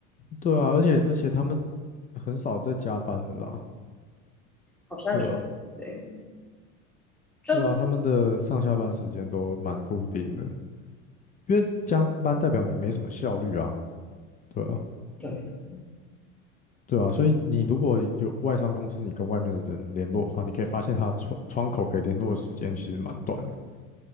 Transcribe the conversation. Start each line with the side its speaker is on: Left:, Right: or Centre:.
Left: 对啊，而且而且他们很少在加班的啦，
Centre: 好像也对，
Left: 对啊，
Centre: 就
Left: 对啊，他们的上下班时间都蛮固定的，因为加班代表你没什么效率啊，对啊，
Centre: 对
Left: 对啊，所以你如果有外商公司，你跟外面的人联络的话，你可以发现他窗窗口可以联络的时间其实蛮短的，